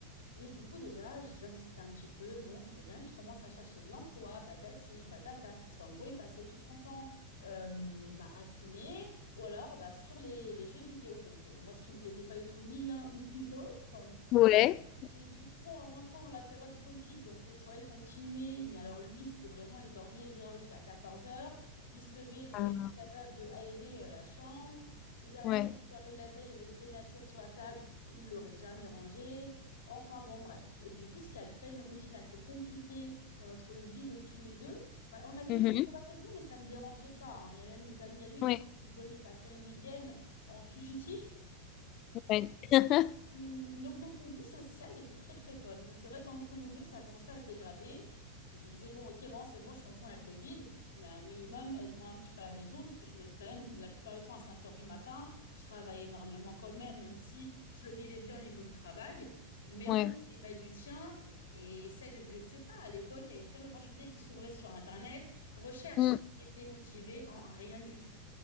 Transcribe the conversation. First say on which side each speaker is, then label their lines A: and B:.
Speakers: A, on the left; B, on the left.
A: Et du coup, déjà, j'insistais un petit peu, bon, ce serait bien que tu commences à chercher de l'emploi, patati, patata. Parce qu'en gros, il passait tout son temps euh, bah, à fumer ou alors bah, sur les, les jeux vidéo. Donc, euh, moi, ce qui me plaisait pas du tout, ni l'un <laughs> ni l'autre.
B: Ouais.
A: Et du coup, en rentrant dans la période Covid, donc les soirées continuaient, mais alors lui, c'était vraiment, il dormait genre jusqu'à 14 heures. il se levait, il était
B: Ah,
A: même pas capable de aérer euh, la chambre. Si jamais
B: Ouais.
A: les soirées de la veille, il restait une assiette sur la table, il l'aurait jamais rangée. Enfin bon, bref. Et du coup, ce qui a créé une routine assez compliquée dans notre vie de tous les deux. Bah, on avait
B: Mhm.
A: du monde à la maison, mais ça ne dérangeait pas. hein. Il y a même des amis à lui, des
B: Ouais.
A: fois, qui venaient passer le week-end en fugitif.
B: Ouais. <laughs>
A: Mm, Donc notre vie sociale était très très bonne, mais c'est vrai qu'entre nous deux, ça a commencé à se dégrader. Et je lui disais, bon, ok, maman, c'est bon, je comprends, il y a le Covid, mais un minimum, aide-moi un petit peu à la maison, parce que je me lève quand même la plupart du temps à 5 heures du matin. Je travaille énormément quand même, même si je le vivais bien au niveau du travail. Mais
B: Ouais.
A: bon, il m'aide du tien et essaye de, je ne sais pas, à l'époque, il y avait plein d'opportunités qui s'ouvraient sur Internet. Recherche,
B: Mm.
A: était motivée en rien du tout.